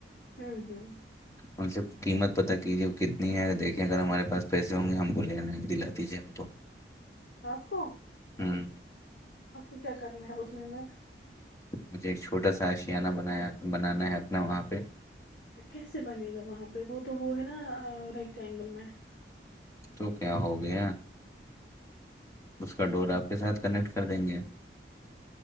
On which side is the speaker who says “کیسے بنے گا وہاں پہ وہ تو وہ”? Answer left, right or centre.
Left